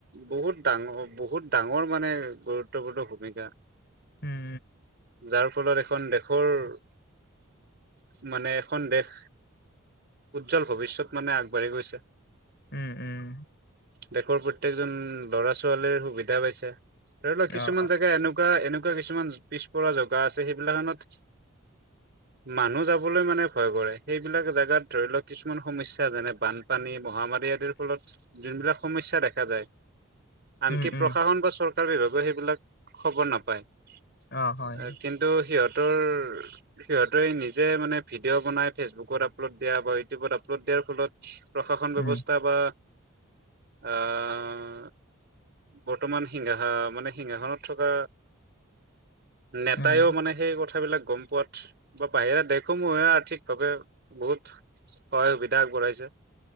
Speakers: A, on the right (about 50°); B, on the left (about 50°).
A: বহুত ডাঙৰ বহুত ডাঙৰ মানে গুৰুত্বপূৰ্ণ ভূমিকা
B: উম,
A: যাৰ ফলত এখন দেশৰ <unintelligible> মানে এখন দেশ, উজ্জ্বল ভৱিষ্যত মানে আগবাঢ়ি গৈছে।
B: উম উম
A: দেশৰ প্ৰত্যেক ল'ৰা ছোৱালীৰ সুবিধা পাইছে ধৰিল কিছুমান
B: অ'।
A: জেগা এনকা নেক এনেকুৱা কিছুমান পিছপৰা জাগা আছে, সেইবিলাকখনত মানুহ যাবলৈ মানে ভয় কৰে। সেইবিলাক জোগাত ধৰি লওঁক কিছুমান সমস্যা যেনে বানপানী মহামাৰী আদিৰ ফলত যোনবিলাক সমস্যা দেখা যায়। আনকি
B: উম উম
A: প্ৰশাসন বা চৰকাৰ বিভাগও সেইবিলাক খবৰ নাপায়।
B: অ হয় হয়
A: কিন্তু সিহঁত সিহতৰ সিহঁতেৰ নিজে মানে ভিডিঅ' বনাই ফেচবুকত আপলোড দিয়া বা ইউটিউবত আপলোড দিয়াৰ ফলত। প্ৰশাসন ব্যৱস্থা
B: উম
A: বা অঁ- বৰ্তমান সিংঙাসা মানে সিংঙাসনত থকা নেতাইও
B: উম
A: মানে সেই কথাবিলাক গম পোৱাত বাহিৰে দেখো মই আ ঠীক ভাৱে বহুত সহায় সুবিধা আগবঢ়াইছে।